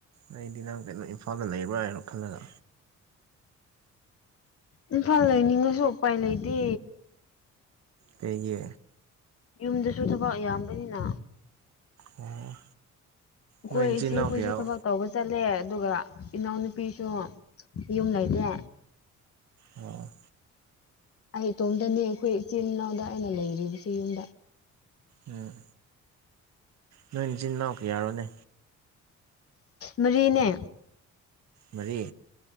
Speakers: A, on the right (about 65°); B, on the left (about 50°).
A: ꯑꯩꯗꯤ ꯅꯪ ꯀꯩꯅꯣ ꯏꯝꯐꯥꯜꯗ ꯂꯩꯕ꯭ꯔꯥ ꯍꯥꯏꯅ ꯈꯜꯂꯒ
B: ꯏꯝꯐꯥꯜ ꯂꯩꯅꯤꯡꯉꯁꯨ ꯎꯄꯥꯏ ꯂꯩꯇꯦ
A: ꯀꯩꯒꯤ
B: ꯌꯨꯝꯗꯁꯨ ꯊꯕꯛ ꯌꯥꯝꯕꯅꯤꯅ
A: ꯑꯣ
B: ꯑꯩꯈꯣꯏ
A: ꯅꯣꯏ ꯏꯆꯤꯟ
B: ꯏꯆꯦ
A: ꯏꯅꯥꯎ
B: ꯈꯣꯏꯁꯨ
A: ꯀꯌꯥ ꯑꯣ
B: ꯊꯕꯛ ꯇꯧꯕ ꯆꯠꯂꯦ ꯑꯗꯨꯒ ꯏꯅꯥꯎꯅꯨꯄꯤꯁꯨ ꯌꯨꯝ ꯂꯩꯇꯦ
A: ꯑꯣ
B: ꯑꯩ ꯏꯇꯣꯝꯇꯅꯦ ꯑꯩꯈꯣꯏ ꯏꯆꯤꯜ ꯏꯅꯥꯎꯗ ꯑꯩꯅ ꯂꯩꯔꯤꯕꯁꯤ ꯌꯨꯝꯗ
A: ꯎꯝ ꯅꯣꯏ ꯏꯆꯤꯟꯅꯥꯎꯀꯤ ꯌꯥꯔꯣꯅꯦ
B: ꯃꯔꯤꯅꯦ
A: ꯃꯔꯤ